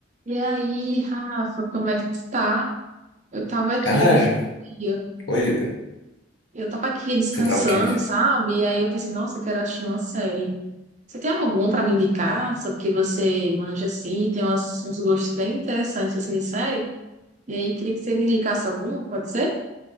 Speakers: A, on the right; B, on the left.
A: E aí, Rafa, como é que tu tá? Eu tava aqui,
B: Cara,
A: e eu,
B: oi,
A: eu tava aqui descansando,
B: você tava quente?
A: sabe? E aí eu pensei, nossa, eu quero assistir uma série. Você tem alguma pra me indicar? Sobre o que você manja assim, tem umas- uns gostos bem interessantes assim de série. E aí, queria que você me indicasse alguma, pode ser?